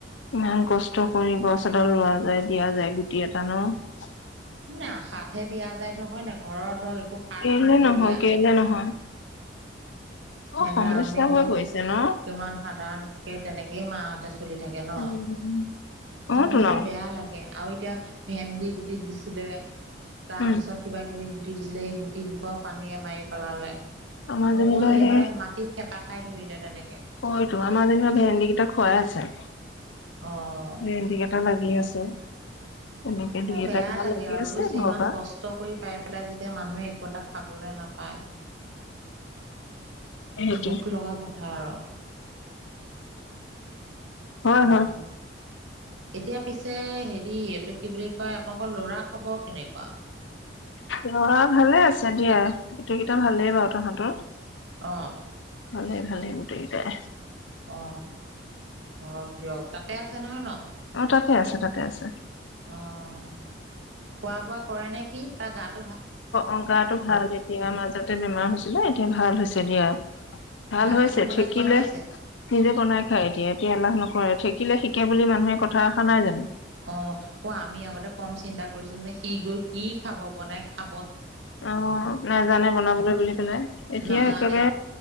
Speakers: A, on the left; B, on the right.
A: ইমান কষ্ট কৰি গছ এডাল ৰোৱা যায় দিয়া যায় গুটি এটা নহ।
B: আশাতহে দিয়া যায় ধৰক হয় নাই ঘৰত ধৰক একো সাৰ
A: কেলে
B: সুৰ নিদিয়া
A: নহয়, কেলে নহয়,
B: <unintelligible>
A: বৰ
B: আমি
A: সমস্যা
B: ধৰক
A: হৈ পৰিছে ন?
B: কিমান সাধাৰণকে তেনেকেই মাহঁতে। চলি থাকে নহ
A: উম। অ',
B: মোৰ
A: তো
B: মানে
A: ন,
B: বেয়া লাগে আৰু। এতিয়া ভেন্দি গুটি দিছিলে, তাৰ
A: উম,
B: পিছত কিবা কিবি গুটি দিছিলে সেই গুটি ই পানীয়ে মাৰি‌ পেলালে।
A: আমাৰ
B: নগজিলে
A: যেনিবা সেই
B: মানে মাটিত থেপা খাই ধৰিলে তেনেকে।
A: হয়টো আমাৰ যেনিবা ভেন্দি কেইটা খুৱাই আছে।
B: অ'।
A: ভেণ্ডি কেইটা লাগি আছে। তেনেকে দুই
B: এ
A: এটা
B: বেয়া
A: কিবা
B: লাগে
A: লাগি
B: আৰু
A: আছে
B: বুজিছে
A: ঘৰৰ
B: ইমান
A: পৰা
B: কষ্ট কৰি পাই পেলাই যেতিয়া মানুহে টা খাবলৈ নাপায়।
A: সেইটোৱে।
B: দুখ লগা কথা <unintelligible>
A: হয়
B: উম।
A: হয়।
B: এতিয়া পিছে হেৰি এইটো কি বুলি কয় আপোনালোকৰ ল'ৰা খবৰ কেনেকুৱা?
A: লৰা ভালে আছে দিয়া। গোটেইকেইটা ভালেই বাৰু তহাঁতৰ।
B: অ'।
A: ভালে ভালে গোটেই কেইটাই।
B: অ, ধৰক দিয়ক তাতে আছে নহয় ন?
A: অ তাতে আছে, তাতে আছে
B: অহ, খোৱা বোৱা কৰে নে সি? তাৰ গাত
A: অ গাটো ভাল এতিয়া মাজতে বেমাৰ হৈছিলে এতিয়া ভাল হৈছে। দিয়া, ভাল
B: ভাত
A: হৈছে
B: পানী বনাই
A: থাকিলে
B: খোৱা হৈছে?
A: নিজে বনাই খায় এতিয়া। এতিয়া এলাহ নকৰে, থাকিলে শিকে বুলি মানুহে কথা এষাৰ নাই জানো।
B: অ, অ আমি আগতে কম চিন্তা কৰিছিলো নে সি গৈ কি খাব, বনাই খা
A: অ', নাজানে বনাবলৈ বুলি পেলাই এতিয়া
B: নাজানে
A: একেবাৰে।